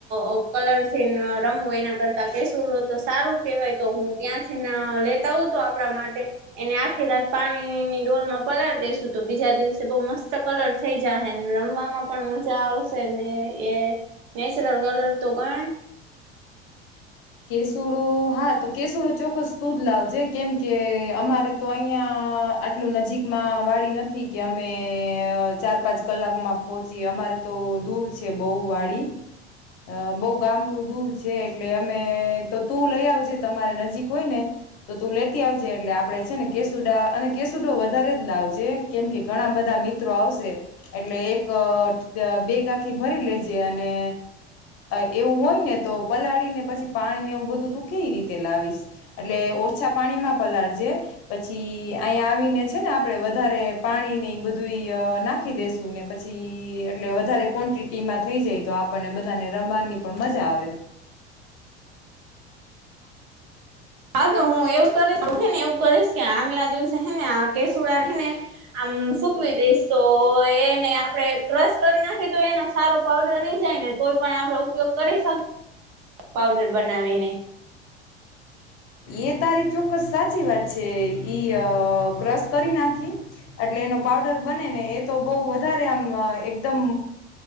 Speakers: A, on the right; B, on the left.
A: અ કલરથી રમું એના કરતા કેશ સુડો તો સારું કેવાય તો હું ત્યાંથી લેતા આવુ તો આપડા માટે એને આખી રાત પા ણીની ડોલમાં પલાર દેશુ તો બીજા દિવસે બોવ મસ્ત કલર થઈ જાહે રમવામાં પણ મજા આવશે ને એ નેચરલ કલર તો ગાય
B: કેસુડો હા તો કેસુડો ચોક્કસ તુજ લાવજે કેમ કે અમારે તો અહિયાં આટલું નજીકમાં વાળી નથી કે અમે ચાર પાંચ કલાકમાં પહોંચી અમારે તો દૂર છે બોવ વાડી અ બોવ ગામડું દૂર છે એટલે અમે તો તું લઈ આવજે તમારે નજીક હોય ને તો તું લેતી આવજે એટલે આપડે છે ને કેસુ ડા અને કેસુડો વધારે જ લાવજે કેમ કે ઘણા બધા મિત્રો આવશે એટલે એક અ બેગ આખી ભરી લેજે અને એવું હોય ને તો પલાળી ને પ છી પાણી ને એવું બધું તું કેવી રીતે લાવીશ એટલે ઓછા પાણીમાં પલાળજે પછી અહીંયા આવીને છે ને આપડે વધારે પાણી ને ઈ બધું અ નાખી દેસુ ને પછી એટલે વધારે ક્વોન્ટિટી માં થઈ જાય તો આપણને બધાને રમાવાની પણ મજા આવે
A: હા તો હું એવું કરીશ હે ને એવું કરીશ કે આગ લાગી દિવસે હે ને આ કેસુડાને સુકવી દઈશ તો એને આપડે ક્રશ કરી નાખી તો એનો સારો પાવડર નહી જાય ને તોય પણ આપડે ઉપયોગ કરી શકીએ પાવડર બનાવીને
B: એ તારી ચોક્કસ સાચી વાત છે ઈ અ ક્રસ કરી નાખી એટલે એનો પાવડર બને ને એ તો બોવ વધારે આમ એકદમ